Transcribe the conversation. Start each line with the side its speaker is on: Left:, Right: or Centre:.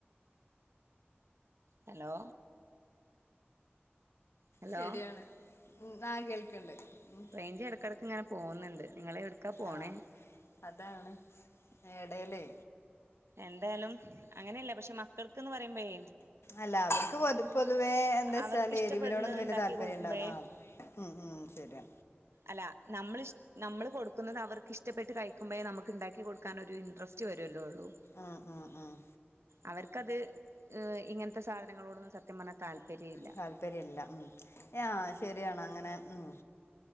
Right: ഹലോ ഹലോ
Left: ശരിയാണ് ഉം ആഹ് കേൾക്ണ്ട് ഉം
Right: റേഞ്ചെടക്കെടക്ക് ഇങ്ങനെ പോകുന്ന്ണ്ട് നിങ്ങളെവിടുക്കാ പോണേ
Left: ആ അതാണ് എടയ്ലേ
Right: എന്തായാലും അങ്ങനെയല്ല പക്ഷെ മക്കൾക്ക്ന്ന് പറയുമ്പഴേ
Left: അല്ല അവർക്ക് പൊതു പൊതുവേ എന്താച്ചാല്
Right: അവർക്ക് ഇഷ്ടപ്പെടുന്നത്
Left: എരിവിനോടൊന്നും വല്യ
Right: ഉണ്ടാക്കി
Left: താല്പര്യംണ്ടാ
Right: കൊടുക്കുമ്പോഴേ
Left: ആഹ് ഉം ഉം ശരിയാ
Right: അല്ല നമ്മളിഷ് നമ്മള് കൊടുക്കുന്നത് അവർക്ക് ഇഷ്ടപ്പെട്ട് കഴിക്കുമ്പഴേ നമ്മക്ക് ഇണ്ടാക്കി കൊടുക്കാൻ ഒരു ഇൻട്രസ്റ്റ് <unintelligible> അല്ലേ ഒള്ളൂ
Left: ആഹ് ആഹ് ആഹ്
Right: അവർക്കത് ഏഹ് ഇങ്ങനത്തെ സാധനങ്ങളോടൊന്നും സത്യം പറഞ്ഞാ താല്പര്യ ഇല്ല
Left: താല്പര്യം ഇല്ല ഉം ആഹ് ശരിയാണ് അങ്ങനെ ഉം